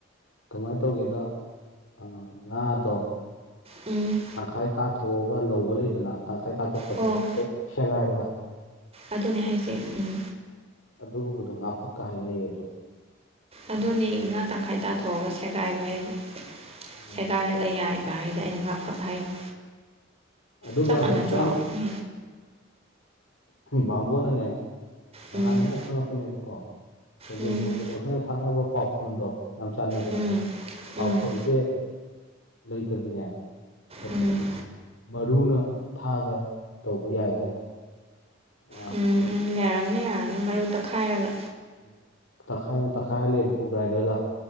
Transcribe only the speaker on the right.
ꯎꯝ
ꯍꯣ
ꯑꯗꯨꯅꯦ ꯍꯥꯏꯁꯦ ꯎꯝ
ꯑꯗꯨꯅꯤ ꯉꯥ ꯇꯪꯈꯥꯏ ꯇꯥꯊꯣꯛꯑꯒ ꯁꯦꯒꯥꯏꯕ ꯍꯥꯏꯁ
ꯁꯦꯒꯥꯏꯔꯒ ꯌꯥꯏ ꯍꯥꯏꯗ ꯑꯩꯅ ꯉꯥ ꯐꯛ ꯍꯥꯢꯗꯣ
ꯆꯞ ꯃꯥꯟꯅꯗ꯭ꯔꯣ
ꯃꯤ
ꯎꯝ
ꯎꯝ
ꯎꯝ
ꯎꯝ
ꯎꯝ
ꯎꯝ ꯎꯝ ꯌꯥꯔꯅꯤ ꯌꯥꯔꯅꯤ ꯃꯔꯨ ꯇꯥꯛꯈꯥꯏꯔꯒ